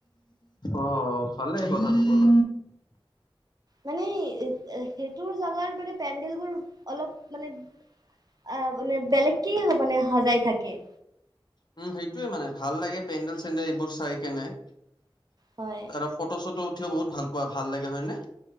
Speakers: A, on the left; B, on the right.
A: অ ভালে কথাটো ক'ল
B: মানে
A: <inaudible>
B: সেইটোৰ জেগাৰ মানে পেডেল বোৰ অলপ মানে আহ মানে বেলেগক মানে সাজাই থাকে
A: উম সেইটোৱে মানে ভাল লাগে পেণ্ডেল চেণ্ডেল এইবোৰ চাই কেনে তাৰপৰা
B: হয়
A: ফটো চটো উঠিও বহুত ভাল পোৱা ভাল লাগে হয়নে